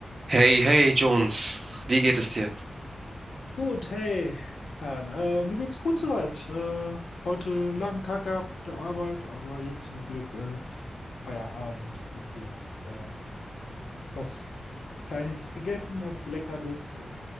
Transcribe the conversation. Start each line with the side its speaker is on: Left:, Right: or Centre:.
Right: Hey, hey, Jones, wie geht es dir?
Left: Gut, hey, Han. Äh, mir geht's gut soweit. Äh, heute langen Tag gehabt auf der Arbeit, aber jetzt zum Glück äh, Feierabend und jetzt äh, was Kleines gegessen, was Leckeres. Äh,